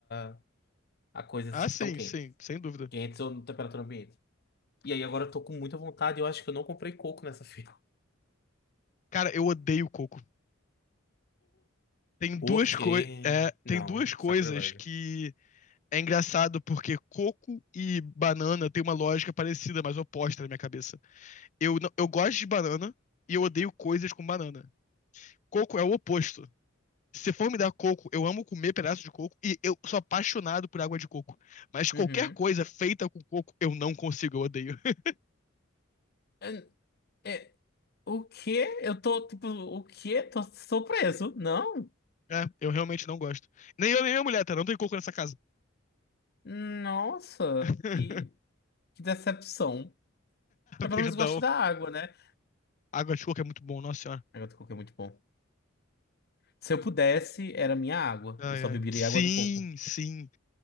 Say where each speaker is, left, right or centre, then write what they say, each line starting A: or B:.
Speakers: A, on the left; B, on the left.
A: a, a coisas
B: Ah,
A: que
B: sim,
A: estão quentes.
B: sim, sem dúvida.
A: Quentes ou na temperatura ambiente. E aí agora eu tô com muita vontade. Eu acho que eu não comprei coco nessa <laughs> feira.
B: Cara, eu odeio coco. Tem duas,
A: O quê?
B: coi é,
A: Não,
B: tem duas coisas
A: sacrilégio.
B: que é engraçado porque coco e banana tem uma lógica parecida, mas oposta na minha cabeça. Eu, não- eu gosto de banana e eu odeio coisas com banana. Coco é o oposto. Se for me dar coco, eu amo comer pedaço de coco e eu sou apaixonado por água de coco. Mas qualquer
A: Uhum.
B: coisa feita com coco, eu não consigo, eu odeio. <laughs>
A: É, é, o quê? Eu tô, tipo, o quê? Tô surpreso. Não?
B: É, eu realmente não gosto. Nem eu, nem minha mulher, tá? Não tem coco nessa casa.
A: Nossa,
B: <laughs>
A: que, que decepção. Mas pelo
B: Perdão.
A: menos gosto da água, né?
B: Água de coco é muito bom, nossa senhora.
A: A água de coco é muito bom. Se eu pudesse, era minha água.
B: Ai,
A: Eu só
B: ai.
A: beberia
B: Sim,
A: água de coco.
B: sim.